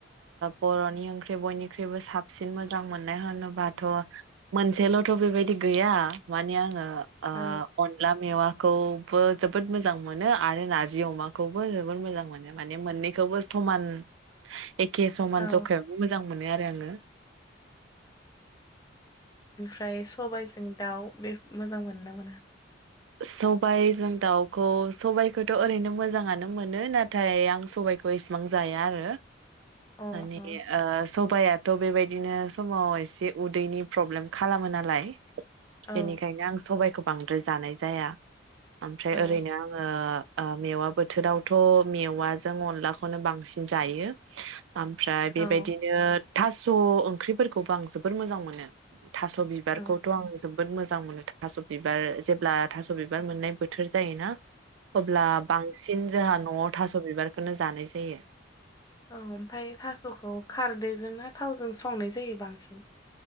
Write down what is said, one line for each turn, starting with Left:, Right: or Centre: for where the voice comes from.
Right: बर'नि ओंख्रि बयनिख्रुइबो साबसिन मोजां मोननाय होनोबाथ' मोनसेल'थ' बेबायदि गैया माने आङो ओ
Left: औ
Right: अनला मेवाखौ बो जोबोर मोजां मोनो आरो नारजि अमाखौबो जोबोर मोजां मोनो माने मोननै बेखौबो समान एखे समान
Left: औ
Right: जखायावनो मोजां मोनो आरो आङो,
Left: य सबाइजों दाउ बे मोजां मोनो ना मोना?
Right: सबायाइजों दाउखौ सबायाइखौथ' ओरैनो मोजाङानो मोनो नाथाय आं सबाइखौ इसिबां जाया आरो।
Left: अ
Right: आनेगे
Left: अ
Right: ओ सबाइ आ थ' बेबायदिनो समाव एसे उदैनि प्रब्लेम खालामो नालाय
Left: औ
Right: बेनिखायनो आं सबायखौ बांद्राय जानाय जाया ओमफ्राय
Left: औ
Right: ओरैनो आङो ओ मेवा बोथोरावथ' मेवाजों अनलाखौनो बांसिन जायो। ओमफ्राय
Left: औ
Right: बेबायदिनो थास' ओंख्रिफोरखौबो आं जोबोर मोजां मोनो। थास' बिबारखौथ'
Left: औ
Right: आं जोब बोद मोजां मोनो थास' बिबार जेब्ला थास' बिबार मोननाय बोथोर जायो ना। अब्ला बांसिन जोंहा न'थास' बिबार बेखौनो जानाय जायो।
Left: औ ओमफाय थास'खौ खारदैजों ना थावजों संनाय जायो बांसिन